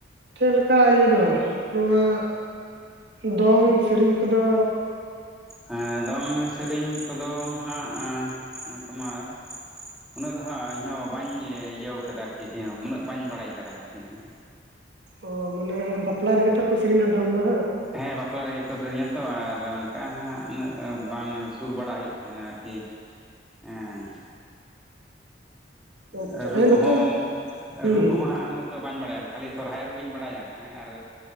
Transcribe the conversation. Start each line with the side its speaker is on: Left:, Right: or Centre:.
Right: ᱪᱮᱫ ᱞᱮᱠᱟ ᱤᱭᱟᱹ ᱫᱚ ᱱᱚᱣᱟ ᱫᱚᱝ ᱥᱮᱨᱮᱧ ᱠᱚᱫᱚ
Centre: ᱦᱮᱸ ᱫᱚᱝ ᱥᱮᱨᱮᱧ ᱠᱚᱫᱚ ᱦᱟᱸᱜ ᱛᱳᱢᱟᱨ ᱩᱱᱟᱹᱜ ᱫᱚ ᱦᱟᱸᱜ ᱤᱧᱦᱚᱸ ᱵᱟᱹᱧ ᱤᱭᱟᱹᱣ ᱠᱟᱫᱟ ᱟᱨᱠᱤ ᱦᱮᱸ ᱩᱱᱟᱹᱜ ᱵᱟᱹᱧ ᱵᱟᱲᱟᱭ ᱠᱟᱫᱟ ᱟᱨᱠᱤ ᱦᱮᱸ
Right: ᱚ ᱢᱟᱱᱮ ᱵᱟᱯᱞᱟ ᱨᱮᱜᱮ ᱛᱷᱚᱨᱠᱚ ᱥᱮᱨᱮᱧᱟ ᱫᱚᱝ ᱫᱚᱦᱟᱸᱜ
Centre: ᱦᱮᱸ ᱵᱟᱯᱞᱟ ᱨᱮᱜᱮ ᱠᱚ ᱥᱮᱨᱮᱧᱟ ᱛᱚ ᱟᱨ ᱚᱱᱠᱟ ᱦᱟᱸᱜ ᱩᱱᱟᱹᱜ ᱵᱟᱝ ᱥᱩᱨ ᱵᱟᱲᱟ ᱦᱩᱭᱩᱜ ᱛᱟᱦᱮᱱᱟ ᱟᱨᱠᱤ ᱦᱮ
Right: ᱟᱪᱪᱷᱟ
Centre: ᱦᱮ ᱨᱩ
Right: ᱮᱱᱦᱚᱛᱚ
Centre: ᱠᱚᱦᱚᱸ
Right: ᱦᱩᱸ
Centre: ᱨᱩ
Right: ᱦᱩᱸ
Centre: ᱠᱚᱦᱚᱸ ᱦᱟᱸᱜ ᱩᱱᱟᱹᱜ ᱫᱚ ᱵᱟᱹᱧ ᱵᱟᱲᱟᱭᱟ ᱠᱷᱟᱹᱞᱤ ᱥᱚᱨᱦᱟᱭ ᱨᱩᱜᱤᱧ ᱵᱟᱲᱟᱭᱟ ᱦᱮᱸ ᱟᱨ